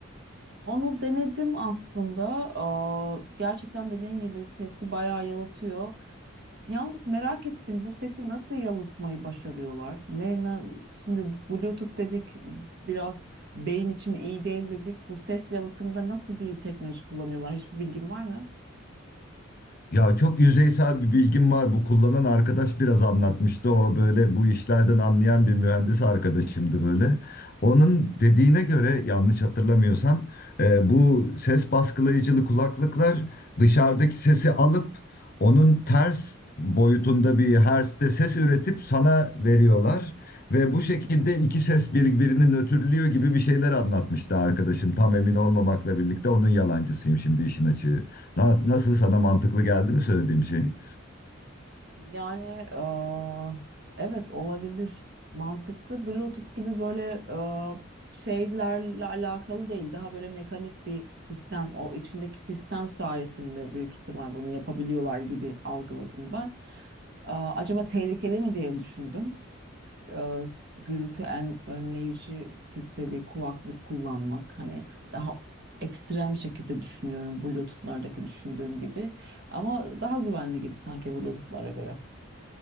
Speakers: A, on the right; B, on the left.
A: Onu denedim aslında. Aa, gerçekten dediğin gibi sesi bayağı yalıtıyor. Yalnız merak ettim bu sesi nasıl yalıtmayı başarıyorlar? Ne, ne şimdi Bluetooth dedik biraz beyin için iyi değil dedik. Bu ses yalıtımında nasıl bir teknoloji kullanıyorlar? Hiçbir bilgin var mı?
B: Ya çok yüzeysel bir bilgim var. Bu kullanan arkadaş biraz anlatmıştı. O böyle bu işlerden anlayan bir mühendis arkadaşımdı böyle. Onun dediğine göre yanlış hatırlamıyorsam e, bu ses baskılayıcılı kulaklıklar dışarıdaki sesi alıp onun ters boyutunda bir hertzte ses üretip sana veriyorlar. Ve bu şekilde iki ses birbirini nötrlüyor gibi bir şeyler anlatmıştı arkadaşım. Tam emin olmamakla birlikte onun yalancısıyım şimdi işin açığı. Na- Nasıl sana mantıklı geldi mi söylediğim şey?
A: Yani eee, evet olabilir. Mantıklı. Bluetooth gibi böyle eee, şeylerle alakalı değil. Daha böyle mekanik bir sistem. O içindeki sistem sayesinde büyük ihtimal bunu yapabiliyorlar gibi algıladım ben. Eee, acaba tehlikeli mi diye düşündüm. S- eee, s- gürültü en önleyici filtreli kulaklık kullanmak hani daha ekstrem şekilde düşünüyorum Bluetooth'lardaki düşündüğüm gibi. Ama daha güvenli gibi sanki Bluetooth'lara göre.